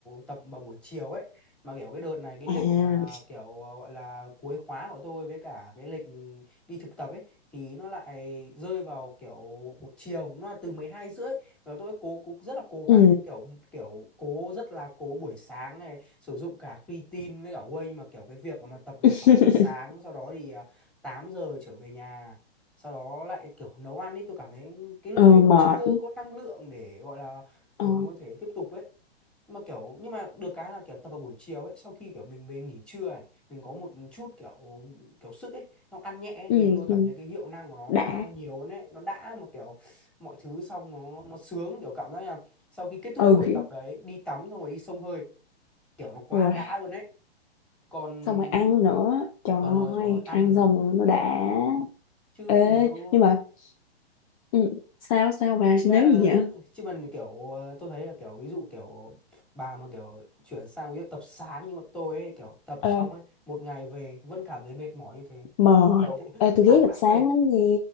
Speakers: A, in the centre; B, on the left.
A: tập vào buổi chiều ấy mà kiểu cái đợt này cái lịch
B: À,
A: à, kiểu à, gọi là cuối khóa của tôi với cả cái lịch đi thực tập ấy thì nó lại rơi vào kiểu buổi chiều nó là từ 12 rưỡi và tôi cố cũng rất là cố gắng
B: ừ,
A: ấy, kiểu kiểu cố rất là cố buổi sáng này sử dụng cả creatine với cả whey nhưng mà kiểu cái việc mà tập vào
B: <laughs>
A: 6 giờ sáng sau đó thì à, 8 giờ trở về nhà sau đó lại kiểu nấu ăn đi tôi cảm thấy cái lúc
B: ờ,
A: đấy nó
B: mệt,
A: chưa có năng lượng để gọi là
B: ờ,
A: kiểu mình có thể tiếp tục ấy mà kiểu nhưng mà được cái là kiểu tập vào buổi chiều ấy sau khi kiểu mình về nghỉ trưa này mình có một chút kiểu kiểu sức ấy xong ăn nhẹ ấy,
B: ừ,
A: thì tôi cảm thấy cái hiệu năng của nó
B: đã,
A: nó cao hơn nhiều hơn ấy nó đã mà kiểu mọi thứ xong nó nó sướng kiểu cảm giác là sau khi kết thúc
B: ừ,
A: cái buổi
B: kiểu,
A: tập đấy đi tắm xong rồi đi xông hơi kiểu nó quá
B: ui,
A: đã luôn ấy còn
B: xong rồi ăn nữa, trời
A: còn rồi chỗ
B: ơi,
A: rồi ăn
B: ăn xong rồi nó đã.
A: chứ
B: Ê,
A: nếu
B: nhưng mà, ừ, sao, sao bà,
A: ý là
B: nếu gì vậy?
A: chứ mình kiểu ờ, tôi thấy là kiểu ví dụ kiểu bà mà kiểu chuyển sang ví dụ tập sáng như bọn tôi ấy kiểu tập
B: Ờ.
A: xong ấy một ngày về vẫn cảm thấy mệt mỏi như thế
B: mệt
A: kiểu <laughs>
B: Ê,
A: sáng
B: tôi ghé tập
A: đã
B: sáng
A: mệt
B: lắm nha